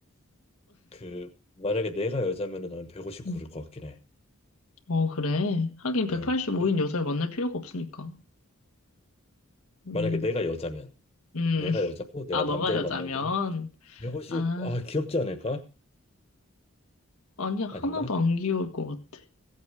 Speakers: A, on the left; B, on the left.
A: 그 만약에 내가 여자면은 나는 150
B: 응.
A: 고를 것 같긴 해.
B: 어, 그래. 하긴 185인
A: 응. 그래.
B: 여자를 만날 필요가 없으니까. 음,
A: 만약에 내가 여자면
B: 음.
A: 내가 여자고 내가
B: 아,
A: 남자를
B: 너가 여자면?
A: 만나야 되면 150.
B: 아,
A: 아, 귀엽지 않을까?
B: 아니야. 하나도
A: 아닌가?
B: 안 귀여울 것 같아.